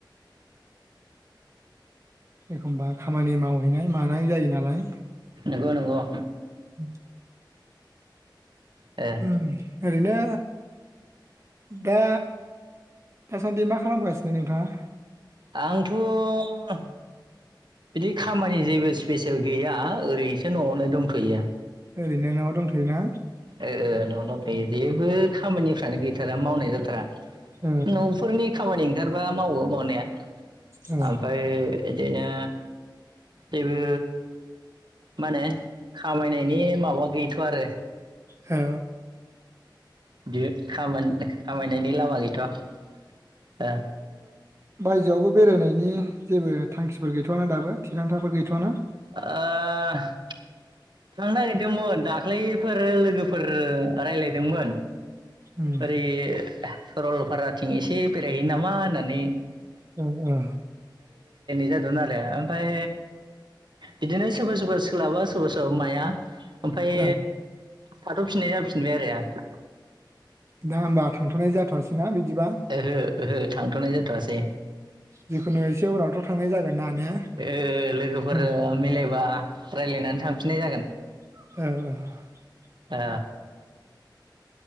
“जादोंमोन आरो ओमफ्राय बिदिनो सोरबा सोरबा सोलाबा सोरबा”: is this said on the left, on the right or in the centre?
Right